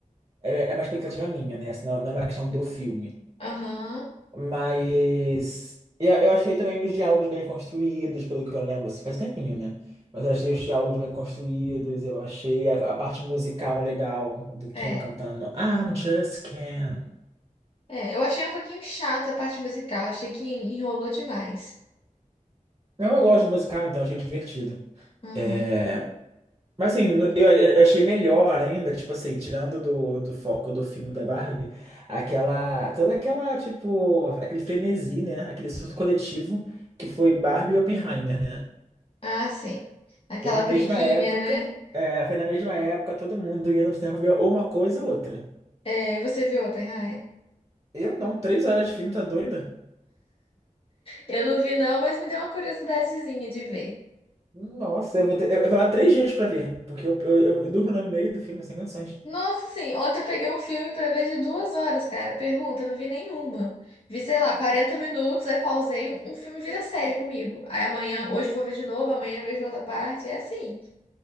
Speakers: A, on the right; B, on the left.
A: É, é uma expectativa minha, né? Assim, não, não é uma questão do filme.
B: Aham,
A: Mas eu, eu achei também os diálogos bem construídos, pelo que eu lembro, assim, faz um tempinho, né? Mas eu achei os diálogos bem construídos, eu achei a, a parte musical legal do
B: é.
A: Cam cantando I'm just Cam.
B: É, eu achei um pouquinho chata a parte musical. Achei que enrolou demais.
A: Não, eu gosto de musical, então, achei divertido.
B: Aham.
A: É, Mas assim, no- eu, eu achei melhor ainda, tipo assim, tirando do, do foco do filme da Barbie, aquela, toda aquela, tipo, aquele frenesi, né? Aquele surto coletivo que foi Barbie e Oppenheimer, né?
B: Ah, sim. Aquela
A: Foi na
B: briguinha,
A: mesma época,
B: né?
A: é, foi na mesma época, todo mundo indo pro cinema pra ver ou uma coisa ou outra.
B: É, você viu Oppenheimer?
A: Eu não, três horas de filme, tá doida?
B: Eu não vi não, mas me deu uma curiosidadezinha de ver.
A: Nossa, eu vou ter, eu, eu vou lá três dias pra ver, porque eu, eu, eu durmo no meio do filme, sem condições.
B: Nossa, sim, ontem eu peguei um filme pra ver de duas horas, cara. Pergunta, eu não vi nenhuma. Vi, sei lá, 40 minutos, aí pausei, um um filme vira série comigo. Aí amanhã, hoje eu vou ver de novo, amanhã eu vejo outra parte, é assim.